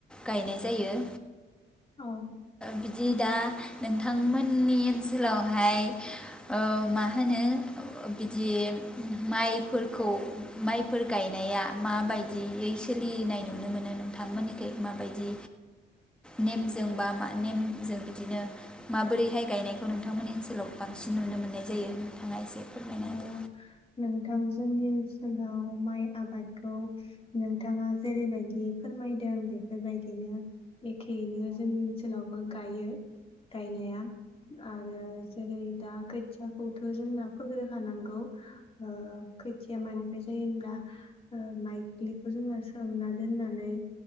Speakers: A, in the centre; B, on the left.
A: गायनाय जायो।
B: औ
A: बिदि दा नोंथां मोननि ओनसोलावहाय ओ मा होनो बिदि माइफोरखौ माइफोर गायनाया। माबायदियै सोलिनाय नुनो मोनो नोंथांमोननिखै माबायदि नेमजों बा मा नेम? जों बिदिनो माबोरैहाय गायनायखौ नों बिथांमोननि ओनसोलाव बांसिन नुनो मोननाय जायो। थानाय एसे फोरमायना होदो।
B: अ नोंथां जोंनि ओनसोलाव माइ आबादखौ नोंथाङा जेरैबायदि फोरमायदों बेफोरबायदिनो एखेयैनो जोंनि ओनसोलावबो गायो गायनाया आरो जेरै दा खोथियाखौथ' जोंना फोग्रोखानांगौ ओ खोथिया मानिफ्राय जायो होनब्ला ओ माइग्लिखौ जोंङो सोमना दोननानै